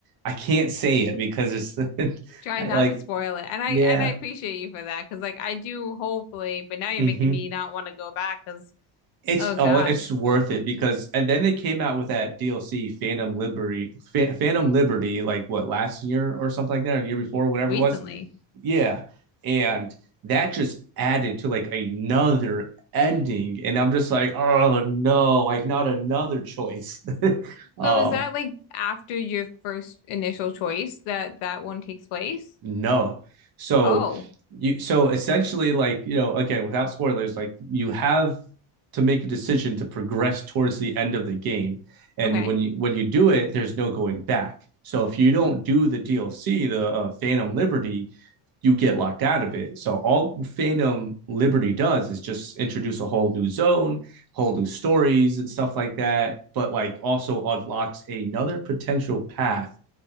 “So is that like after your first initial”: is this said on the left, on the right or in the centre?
Left